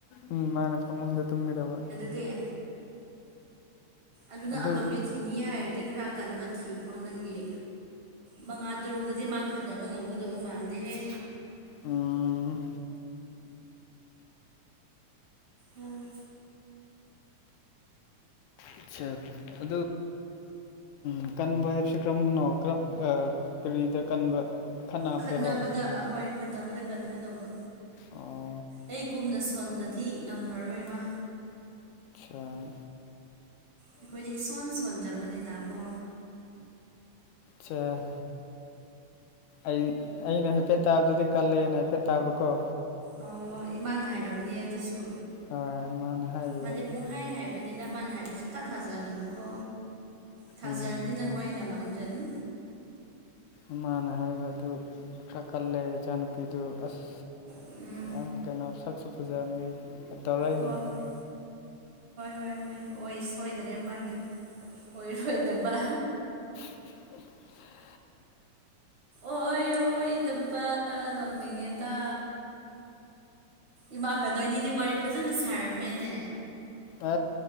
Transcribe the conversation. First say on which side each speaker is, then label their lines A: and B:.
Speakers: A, on the left; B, on the right.
A: ꯎ ꯃꯥꯅ ꯐꯃꯨꯡꯗ ꯇꯨꯝꯒꯗꯕ
B: ꯗꯦ ꯑꯗꯨꯅ
A: ꯑꯗꯨ
B: ꯑꯇꯣꯝꯕꯤ ꯊꯤꯅꯤ ꯍꯥꯏꯔꯗꯤ ꯈꯔ ꯀꯟꯕ ꯊꯤꯈ꯭ꯔꯣ ꯅꯪꯒꯤ ꯃꯉꯥ ꯇꯔꯨꯛꯇꯗꯤ ꯃꯥ ꯈꯟꯅꯕ ꯉꯝꯒꯗꯕ ꯃꯥꯟꯗꯦꯍꯦ
A: ꯎꯝ
B: ꯎꯝ
A: ꯑꯆꯥ ꯑ ꯎ ꯀꯟꯕ ꯍꯥꯏꯕꯁꯤ ꯀꯔꯝꯕꯅꯣ ꯀꯔꯝ ꯀꯔꯤꯗ ꯀꯟꯕ ꯈꯠ ꯅꯥꯕꯗꯔꯣ
B: ꯈꯠꯅꯕꯗ ꯑꯍꯣꯏ ꯈꯠꯅꯕꯗ ꯀꯟꯒꯗꯧꯕ
A: ꯑꯣ
B: ꯑꯩꯒꯨꯝꯅ ꯁꯣꯟꯕꯗꯤ ꯉꯝꯃꯔꯣꯏ ꯏꯃꯥ
A: ꯑꯥ
B: ꯑꯩꯈꯣꯏꯗꯤ ꯏꯁꯣꯟ ꯁꯣꯟꯗꯕꯅꯤꯅꯀꯣ
A: ꯑꯆꯥ ꯑꯩ ꯑꯩꯅ ꯍꯥꯏꯐꯦꯠ ꯇꯥꯕꯗꯗꯤ ꯀꯜꯂꯦꯅ ꯍꯥꯏꯐꯦꯠ ꯇꯥꯕꯀꯣ
B: ꯑꯣ ꯏꯃꯥꯅ ꯍꯥꯏꯔꯝꯅꯦ ꯑꯗꯨꯁꯨ
A: ꯍꯣꯏ ꯃꯥꯅ ꯍꯥꯏꯕꯤꯔꯝꯃꯤ
B: ꯃꯥꯗꯤ ꯄꯨꯡꯍꯥꯏ ꯍꯥꯏꯕꯅꯤꯗꯃꯅ ꯍꯥꯏꯕꯁꯨ ꯐꯇꯥ ꯊꯥꯖꯒꯅꯨꯀꯣ ꯊꯥꯖꯔꯗꯤ
A: ꯎꯝ
B: ꯅꯪ ꯑꯣꯏꯅ ꯃꯥꯡꯖꯅꯤ
A: ꯏꯃꯥꯅ ꯍꯥꯏꯕ ꯑꯗꯨ ꯈꯔ ꯀꯜꯂꯦ ꯏꯆꯥꯅꯨꯄꯥ ꯐꯤꯗꯨ ꯑꯁ
B: ꯎꯝ
A: ꯌꯥꯝ ꯀꯩꯅꯣ ꯁꯛꯁꯨ ꯐꯖꯕꯅꯤ ꯇꯧꯔꯛꯏꯅꯦ
B: ꯍꯣꯏ ꯍꯣꯏ ꯍꯣꯏ ꯍꯣꯏ ꯍꯣꯏ ꯁꯣꯏꯗ꯭ꯔꯦ ꯃꯥꯒꯤꯗꯤ ꯑꯣꯏꯔꯣꯏꯗꯕ
A: <inaudible>
B: ꯑꯣꯏꯔꯣꯏ ꯇꯞꯄ ꯅꯧꯅꯤꯡꯉꯦ ꯇ ꯏꯃꯥꯟꯒ ꯅꯣꯏ ꯑꯅꯤꯗꯤ ꯋꯥꯔꯤ ꯐꯖꯅ ꯁꯥꯔꯝꯃꯦꯅꯦ
A: ꯑ